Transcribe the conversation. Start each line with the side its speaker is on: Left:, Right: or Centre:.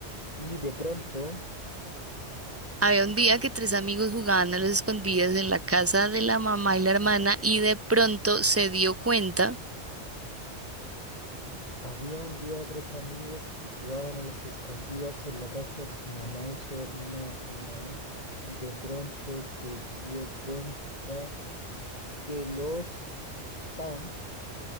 Left: y de pronto
Right: Había un día que tres amigos jugaban a las escondidas en la casa de la mamá y la hermana y de pronto se dio cuenta.
Left: había un día tres amigos que jugaban a las escondidas en la casa de su mamá y su hermana, y de pronto se dio cuenta que los estaban...